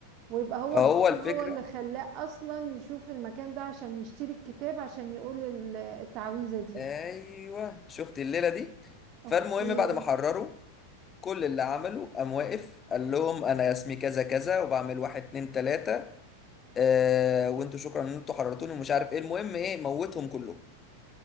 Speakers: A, on the right (about 40°); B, on the left (about 25°).
A: ويبقى هو
B: فهو
A: الجن
B: الفكره
A: هو اللي خلاه اصلا يشوف المكان ده عشان يشتري الكتاب عشان يقول ال- التعويذة دي
B: ايوه شفت الليله دي
A: اوكي
B: فالمهم بعد ما حرروا كل اللي عمله قام واقف قال لهم انا اسمي كذا كذا وبعمل واحد اتنين تلاته آه وانتوا شكرا ان انتوا حررتوني ومش عارف ايه المهم ايه موتهم كلهم